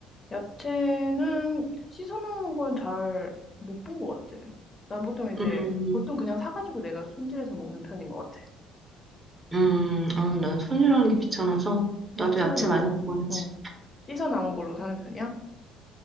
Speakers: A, on the left (about 30°); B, on the right (about 25°).
A: 야채는 씻어 놓는 건 잘 못 본 것 같아. 난 보통 이제,
B: 음,
A: 보통 그냥 사가지고 내가 손질해서 먹는 편인 것 같아.
B: 음, 어, 난 손이라는 게 귀찮아서. 나도
A: 다 씻어
B: 야채
A: 나온
B: 많이
A: 거.
B: 먹어야지.
A: 어. 씻어 나온 걸로 사는 편이야?